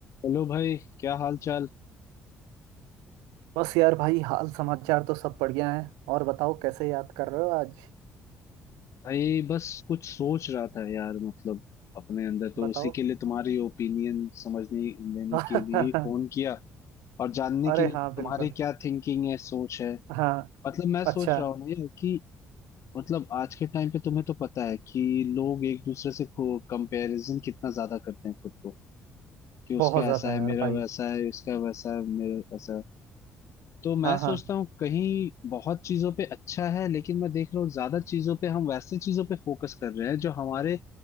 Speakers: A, on the left; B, on the right.
A: Hello भाई क्या हाल चाल
B: बस यार भाई हाल समाचार तो सब बढ़िया है और बताओ कैसे याद कर रहे हो आज
A: भाई बस कुछ सोच रहा था यार मतलब अपने अंदर तो
B: बताओ
A: उसी के लिए तुम्हारी ओपिनियन समझने लेने
B: <laughs>
A: के लिए ही फोन किया और जानने
B: अरे
A: के लिए
B: हाँ
A: कि
B: बिल्कुल
A: तुम्हारी क्या थिंकिंग है सोच है
B: हाँ
A: मतलब मैं सोच
B: अच्छा
A: रहा हूँ ना यार कि मतलब आज के टाइम पे तुम्हें तो पता है कि लोग एक दूसरे से कंपैरिजन कितना ज्यादा करते हैं खुद को कि उसका
B: बहुत ज्यादा
A: ऐसा है
B: यार
A: मेरा
B: भाई
A: वैसा है उसका वैसा है मेरा ऐसा है तो मैं
B: हाँ
A: सोचता
B: हाँ
A: हूँ कहीं बहुत चीजों पे अच्छा है लेकिन मैं देख रहा हूँ ज्यादा चीजों पे हम वैसे चीजों पे फोकस कर रहे हैं जो हमारे